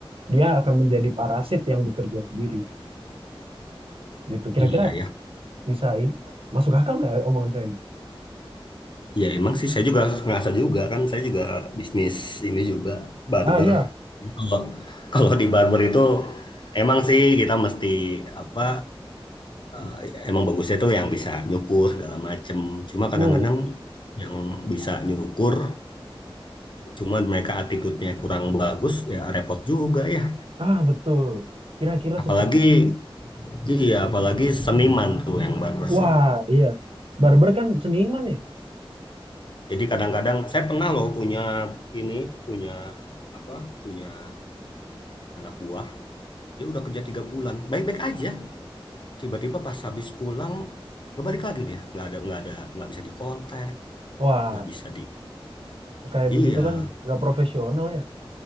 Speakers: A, on the right; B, on the left.
A: Dia akan menjadi parasit yang bekerja sendiri gitu. Kira-kira
B: Iya ya.
A: bisa ini, masuk akal nggak ya omongan saya ini?
B: Iya emang sih saya juga ngerasa juga kan. Saya juga bisnis ini juga barber.
A: Ah ya,
B: Jadi Kalau kalau di barber itu emang sih kita mesti apa eh, emang bagusnya tuh yang bisa nyukur segala macem. Cuma
A: hmm
B: kadang-kadang yang bisa nyukur cuman mereka attitude-nya kurang bagus ya repot juga ya.
A: Ah, betul. Kira-kira
B: Apalagi
A: seperti itu.
B: Iya, apalagi seniman tuh yang barbershop.
A: Wah, iya. Barber kan seniman ya?
B: Jadi kadang-kadang saya pernah loh punya ini, punya apa? Punya anak buah. Dia udah kerja tiga bulan, baik-baik aja. Tiba-tiba pas habis pulang, ngebalik lagi dia. Nggak ada, nggak ada, nggak bisa dikontak,
A: Wah,
B: nggak bisa di.
A: kayak
B: Iya,
A: begitu kan nggak profesional ya?